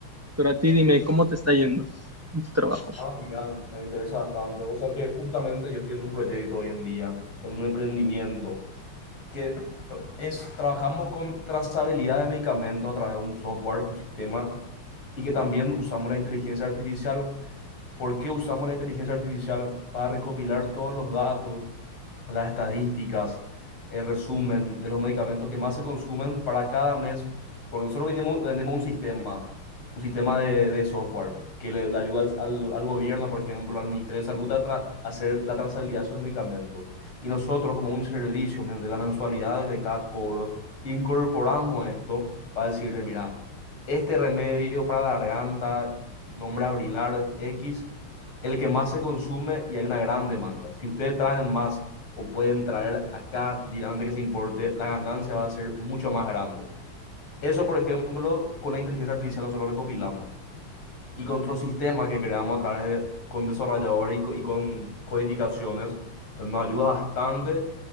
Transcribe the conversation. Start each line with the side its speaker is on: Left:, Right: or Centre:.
Right: Pero a ti dime, ¿cómo te está yendo en tu trabajo?
Left: Ah, mira, me interesa bastante. O sea que justamente yo estoy en un proyecto hoy en día, en un emprendimiento, que eh, es, trabajamos con trazabilidad de medicamentos a través de un software, un sistema, y que también usamos la inteligencia artificial. ¿Por qué usamos la inteligencia artificial? Para recopilar todos los datos las estadísticas, el resumen de los medicamentos que más se consumen para cada mes, porque nosotros vendemos, vendemos un sistema, un sistema de, de software que le, le ayuda al, al, al gobierno, por ejemplo, al Ministerio de Salud a tra- hacer la trazabilidad de sus medicamentos. Y nosotros, como un servicio men- de la mensualidad de cada cobro, incorporamos esto para decirle, mira, este remedio para la garganta, nombre Abrilar X, el que más se consume y hay una gran demanda. Si ustedes traen más o pueden traer acá directamente que se importe, la ganancia va a ser mucho más grande. Eso, por ejemplo, con la inteligencia artificial nosotros recopilamos y con otros sistemas que creamos a través de, con desarrolladores y, co- y con codificaciones, nos ayuda bastante,